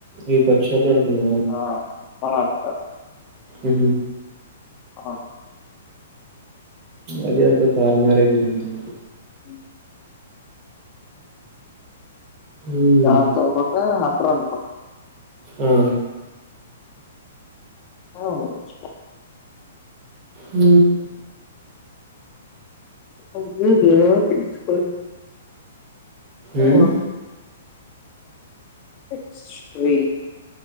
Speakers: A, on the right (about 35°); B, on the left (about 35°).
A: ఈ కొచ్చ రపు నకున్నా
B: ఆ మహారాష్ట్ర
A: అ
B: అవును
A: అది అంత తారుమరే జరిగింది
B: అ
A: ఉమ్
B: దాని తరువాత అండి
A: ఆ
B: ఆ వాచ్
A: హ
B: అ పిచ్ ప
A: ఉమ్
B: ఓ ఎక్స్ ట్రీ